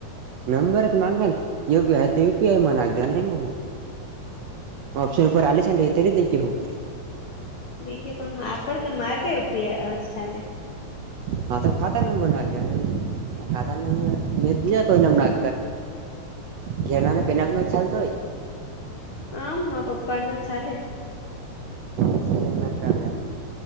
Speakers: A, on the right (about 75°); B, on the left (about 45°).
A: નંબર જ માગા પીઆઈ તો યુપીઆઈ મગ દે ન હું. હ ઓ્શન ઉપર આલી સાત્યારે દઈ હું.
B: દેખએ પણ આપડ કે માર કઈ ચાલે.
A: હા તો ખાતા નબર નાખયા નહી. ખાધ દીધા કોમ દેવાના જે ચાલતો હોય.
B: આમ મારા પપ્પા ને ચાલે.
A: ના કાઢ